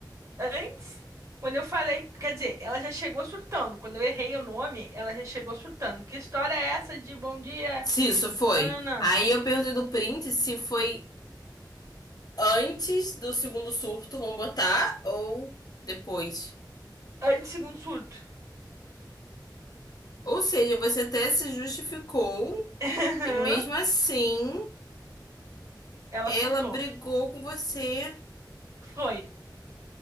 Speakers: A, on the right; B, on the left.
A: Antes, quando eu falei, quer dizer, ela já chegou surtando. Quando eu errei o nome, ela já chegou surtando. Que história é essa de bom dia?
B: Se isso foi.
A: não não não.
B: Aí eu perguntei do print se foi antes do segundo surto, vamos botar, ou depois.
A: Antes, segundo surto.
B: Ou seja, você até se justificou
A: <laughs>
B: e mesmo assim
A: Ela
B: ela
A: surtou.
B: brigou com você.
A: Foi,